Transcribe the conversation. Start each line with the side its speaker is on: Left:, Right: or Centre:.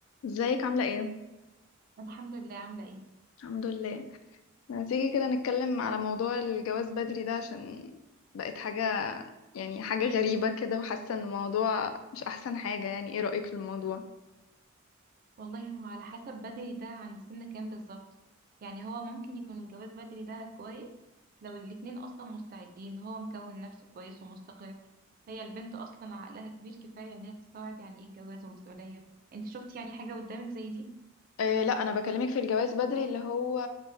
Left: ازيك عاملة ايه؟
Right: الحمد لله عاملة ايه
Left: الحمد لله ما تيجي كده نتكلم على موضوع الجواز بدري ده عشان بقت حاجة يعني حاجة غريبة كده وحاسة ان الموضوع مش احسن حاجة يعني ايه رأيك في الموضوع؟
Right: والله هو على حسب بدري ده عند سن كام بالظبط يعني هو ممكن يكون الجواز بدري ده كويس لو الاتنين اصلا مستعدين هو مكون نفسه كويس ومستقر هي البنت اصلا عقلها كبير كفاية ان هي تستوعب يعني ايه جواز ومسؤولية انت شفتي يعني حاجة قدامك زي دي
Left: إيه لا انا بكلمك في الجواز بدري اللي هو